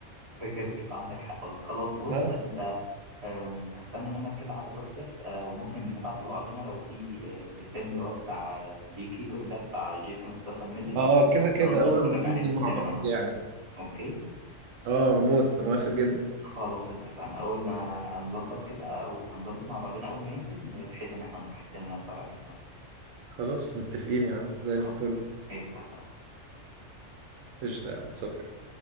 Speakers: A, on the right (about 30°); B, on the right (about 80°).
A: ده كده كده عندك حق والله خلاص بص
B: اه
A: انت آم، هستنى منك كده على الواتساب آه، وممكن نبعت لبعضنا لو في آه، الفيلم اللي هو بتاع بي كيبر ده بتاع جيسون ستاثام نزل
B: اه كده كده
A: نروح نتفرج
B: اول لما
A: عليه
B: ينزل
A: في السينما
B: مع بعض
A: انا
B: يعني
A: وأنت. اوكي
B: اه موت موافق جدا
A: خلاص اتفقنا اول ما هنظبط كده او هنظبط مع بعضنا اول ما ينزل بحيث ان احنا نروح السينما نتفرج عليه مع بعض
B: خلاص متفقين يا عم زي الفل
A: خلاص إيه، اتفقنا
B: قشطة يا عم صباح